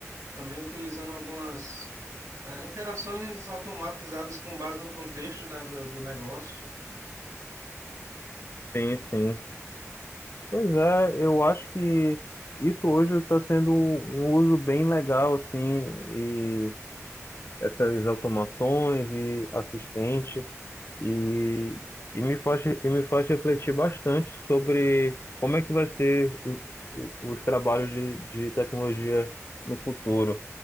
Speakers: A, on the right; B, on the left.
A: também utilizando algumas ah, interações automatizadas com base no contexto da, do, do negócio.
B: Sim, sim. Pois é, eu acho que isso hoje está sendo um um uso bem legal, assim, essas automações e assistente e, e me faz, e me faz refletir bastante sobre como é que vai ser o- o- os trabalhos de, de tecnologia no futuro.